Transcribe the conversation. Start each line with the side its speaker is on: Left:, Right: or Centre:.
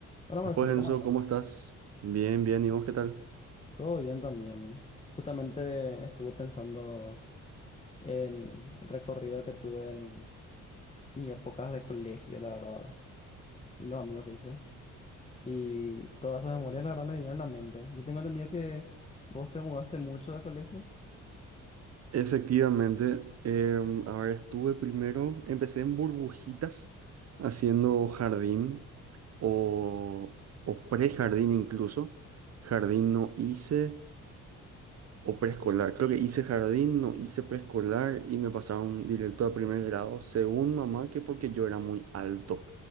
Left: Hola
Right: Después,
Left: Marcelo,
Right: Enzo,
Left: ¿cómo estás?
Right: ¿cómo estás? Bien, bien, ¿y vos qué tal?
Left: Todo bien también. Justamente estuve pensando en el recorrido que tuve en mis épocas de colegio, la verdad, y los amigos que hice. Y todas esas memorias, la verdad, me vinieron a la mente. Yo tengo entendido que vos te mudaste mucho de colegios
Right: Efectivamente, em, a ver, estuve primero, empecé en burbujitas, haciendo jardín o, o prejardín incluso. Jardín no hice o preescolar. Creo que hice jardín, no hice preescolar y me pasaron directo a primer grado, según mamá, que porque yo era muy alto.